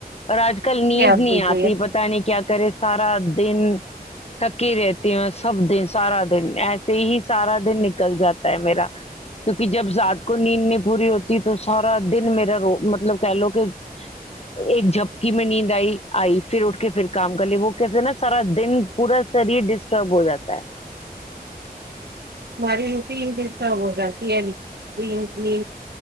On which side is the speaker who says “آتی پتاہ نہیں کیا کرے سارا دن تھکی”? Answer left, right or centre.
Left